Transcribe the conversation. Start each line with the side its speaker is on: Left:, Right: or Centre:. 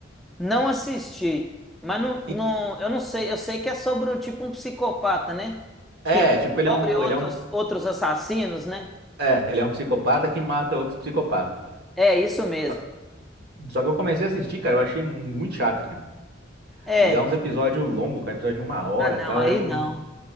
Centre: Não assisti, mas não, não,
Right: E-
Centre: eu não sei. Eu sei que é sobre o tipo um psicopata, né?
Right: É,
Centre: Que
Right: tipo, ele
Centre: descobre
Right: é um,
Centre: outros,
Right: ele é um,
Centre: outros assassinos, né?
Right: é, ele é um psicopata que mata outros psicopatas.
Centre: É isso mesmo.
Right: Só só que eu comecei a assistir, cara, eu achei muito chato, cara.
Centre: É.
Right: E é uns episódios longos, cara, episódio de uma hora
Centre: Ah, não,
Right: e tal.
Centre: aí
Right: Eu...
Centre: não.